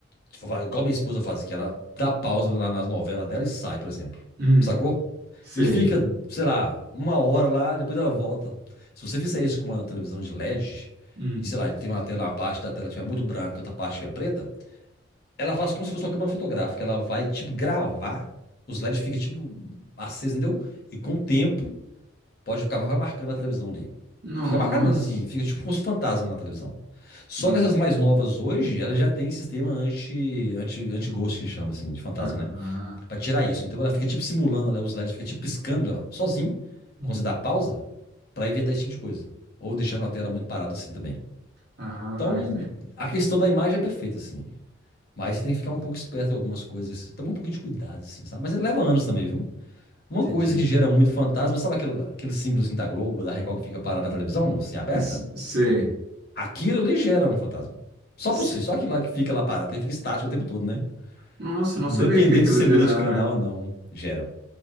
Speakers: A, on the left; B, on the right.
A: tipo, vai- igual minha esposa faz, que ela dá pausa lá nas novelas dela e sai, por exemplo.
B: Hum,
A: Sacou?
B: sei.
A: E fica, sei lá, uma hora lá, depois ela volta. Se você fizer isso com uma televisão de LED,
B: Hum.
A: e sei lá, tem uma tela, uma parte da tela que estiver muito branca, outra parte estiver preta, ela faz como se fosse uma câmera fotográfica. Ela vai, tipo, gravar, os LEDs ficam, tipo, acesos, entendeu? E com o tempo, Pode acabar marcando na televisão ali.
B: Nossa.
A: Fica marcado mesmo assim, fica tipo como se fosse um fantasma na televisão. Só
B: não.
A: que essas mais novas hoje, elas já têm sistema anti, anti, anti-ghost, que chama assim, de fantasma,
B: Ah,
A: né? Pra tirar isso. Então ela fica tipo simulando, né, os LEDs, fica tipo piscando ó, sozinho,
B: hum.
A: quando você dá pausa, pra evitar esse tipo de coisa. Ou deixando a tela muito parada assim também.
B: Ah,
A: Então,
B: que legal.
A: a questão da imagem é perfeita, assim. Mas você tem que ficar um pouco esperto com algumas coisas, tomar um pouquinho de cuidado, assim, sabe? Mas ele leva anos também, viu? Uma
B: Entendi.
A: coisa que gera muito fantasma, sabe aquele, aquele símbolo assim da Globo, da Record que fica parado na televisão, assim, aberta?
B: S- Sei.
A: Aquilo ali gera um fantasma. Só
B: Se-
A: por si, só aquilo lá que fica lá parado, que fica estático o tempo todo, né?
B: Nossa,
A: Independente
B: eu não sabia que aquilo
A: se você
B: gerava.
A: muda de canal ou não, gera.